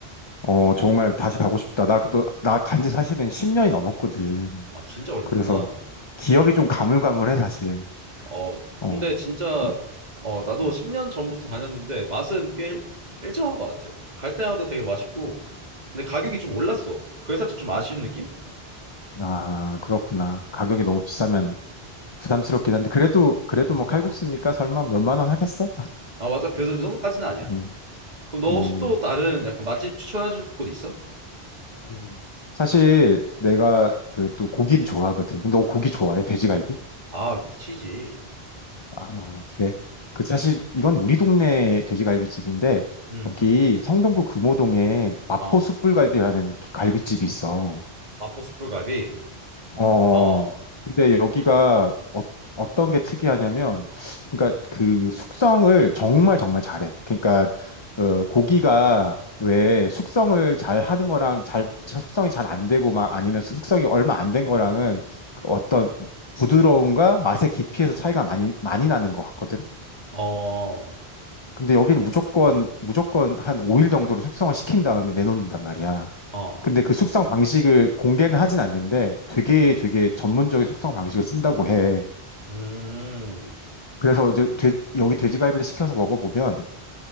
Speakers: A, on the left; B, on the right.
A: 어, 정말 다시 가고 싶다. 나 그도 나 간지 사실은 10년이 넘었거든.
B: 아, 진짜 오래
A: 그래서
B: 했구나.
A: 기억이 좀 가물가물해 사실.
B: 어,
A: 어,
B: 근데 진짜
A: 근데
B: 어, 나도
A: 음,
B: 10년 전부터 다녔는데 맛은 꽤 일정한 것 같아. 갈 때마다 되게 맛있고. 근데 가격이 좀 올랐어. 그래 살짝 좀 아쉬운 느낌?
A: 아 그렇구나. 가격이 너무 비싸면 부담스럽긴 한데 그래도 그래도
B: 음.
A: 뭐 칼국수니까 설마 몇만 원 하겠어?
B: 아, 맞아. 그래서 그 정도까지는 아니야.
A: 음,
B: 그럼 너
A: 음.
B: 혹시 또 다른 약간 맛집 추천해 줄 곳 있어?
A: 음. 사실 내가 그 또 고기는 좋아하거든. 너 고기 좋아해? 돼지갈비?
B: 아, 미치지.
A: 아, 그래. 그 사실 이건 우리 동네 돼지갈비집인데
B: 음.
A: 거기 성동구 금호동에 마포
B: 어.
A: 숯불갈비라는 갈비집이 있어.
B: 마포 숯불갈비.
A: 어.
B: 어, 어.
A: 근데 여기가 어, 어떤 게 특이하냐면 그러니까 그 숙성을 정말 정말 잘해. 그러니까 어, 고기가 왜 숙성을 잘 하는 거랑 잘 숙성이 잘 안 되고 막 아니면 숙성이 얼마 안 된 거랑은 그 어떤 부드러움과 맛의 깊이에서 차이가 많이 많이 나는 것 같거든.
B: 어.
A: 근데 여기는 무조건 무조건 한 5일 정도로 숙성을 시킨 다음에 내놓는단 말이야.
B: 어.
A: 근데 그 숙성 방식을 공개는 하진 않는데 되게 되게 전문적인 숙성 방식을 쓴다고 해.
B: 음.
A: 그래서 이제 돼- 여기 돼지갈비를 시켜서 먹어보면